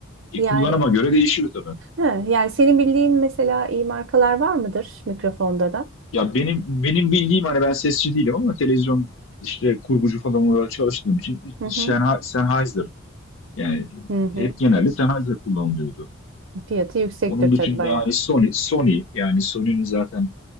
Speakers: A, on the left (about 70°); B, on the right (about 65°).
A: E,
B: Yani
A: kullanıma göre değişiyor tabii.
B: he, yani senin bildiğin mesela iyi markalar var mıdır mikrofonda da?
A: Ya benim benim bildiğim hani ben sesçi değilim ama televizyon işte kurgucu falan olarak çalıştığım için
B: Hı hı.
A: Sennha- Sennheiser yani
B: Hı hı.
A: hep genelde Sennheiser kullanılıyordu.
B: Fiyatı yüksektir
A: Onun dışında
B: tabii bayağı.
A: hani Sony Sony yani Sony'nin zaten